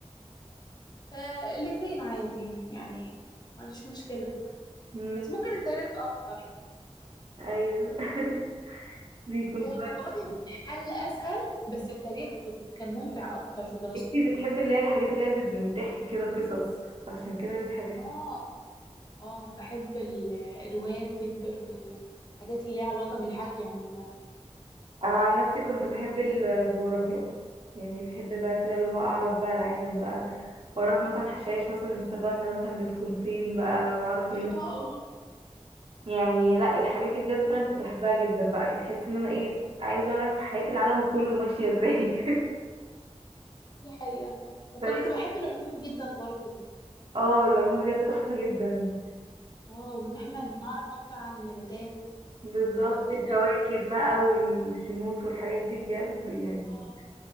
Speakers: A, on the left; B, on the right.
A: آه الاتنين عادي يعني ما عنديش مشكلة
B: امم
A: بس ممكن التاريخ أكتر
B: ايوه <laughs> بيكون
A: هي
B: كويس
A: الجغرافيا كانت حل أسهل بس التاريخ كنت كان ممتع أكتر في دراسته
B: انتي بتحبي اللي هي الحاجات اللي هي بت- بتحكي كده قصص عشان كده انتي حبيتي
A: اه اه بحب ال- الروايات جدا والحاجات اللي ليها علاقة بالحكي عموما
B: انا عن نفسي كنت بحب الجغرافيا يعني بحب بقى كده اللي هو اعرف بقى العالم بقى واعرف مثلا حشائش مثلا السفنة مثلا بتكون فين بقى واعرف
A: اه
B: ال
A: اه
B: يعني لا الحاجات دي بجد فعلا كنت بحبها جدا بقى تحس ان انا ايه عايزه اعرف حياة العالم كله ماشية ازاي
A: دي حقيقة وكنت
B: <laughs>
A: بحب العلوم جدا برضو
B: اه العلوم بجد تحفة جدا
A: اه وإن احنا نعرف أكتر عن النباتات
B: بالظبط
A: و- والكواكب
B: الكواكب بقى والشموس والحاجات دي بجد يعني
A: اه